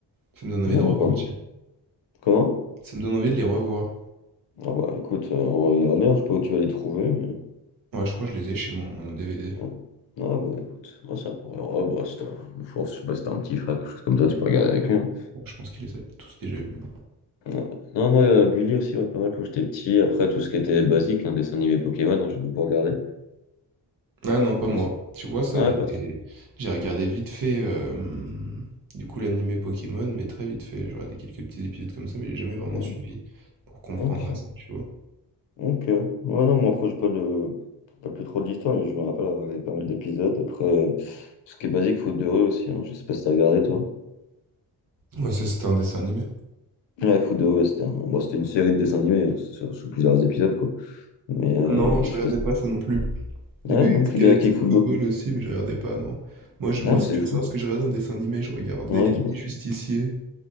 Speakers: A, on the right (about 50°); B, on the left (about 75°).
A: Ça me donne envie
B: Ouais, non,
A: de repartir.
B: bon. Comment?
A: Ça me donne envie de les revoir.
B: Ah bah écoute, euh, on va regarder, hein, je sais pas où tu vas les trouver, mais.
A: Ouais, je crois que je les ai chez moi en DVD.
B: bon. Ah bah écoute, non, ça pourrait. Ouais, bah, c'est un- force, je sais pas, c'était un petit frère, quelque chose comme ça, tu peux regarder avec lui. hein.
A: Bon, je pense qu'il les a tous déjà vus.
B: Ouais. Non, moi, euh, Gulli aussi, ouais, pas mal quand j'étais petit. Après, tout ce qui était basique, hein, dessin animé Pokémon, hein, j'ai beaucoup regardé.
A: Ah non, pas moi.
B: Je sais-
A: Tu vois ça,
B: Ouais,
A: les...
B: pas trop.
A: les- j'ai regardé vite fait, euh, du coup, l'animé Pokémon, mais très vite fait. J'ai regardé quelques petits épisodes comme ça, mais j'ai jamais vraiment
B: Hmm,
A: suivi pour comprendre
B: Ok.
A: à ça, tu vois.
B: Ok. Ouais, non, moi, après, j'ai pas le... pas plus trop de l'histoire, mais je me rappelle avoir regardé pas mal d'épisodes. Après, euh, tout ce qui est basique, Faute de rue aussi, hein. Je sais pas si t'as regardé, toi.
A: Ouais, ça, c'était un dessin animé.
B: Ouais, Faute de rue, ouais, c'était un- bon, c'était une série de dessins animés, hein, c'est sur, sur plusieurs épisodes, quoi. Mais euh,
A: Non, je
B: je
A: regardais
B: sais pas si...
A: pas ça non plus. Il
B: Ah,
A: y avait
B: non plus
A: Galactic
B: Galactic Football.
A: Football aussi, mais je regardais pas, non. Moi, je- moi,
B: Ah,
A: si
B: c'est
A: tu veux
B: fou.
A: savoir ce que je regardais en dessin animé, je regardais
B: Ouais,
A: les
B: dis-moi.
A: mini-justiciers,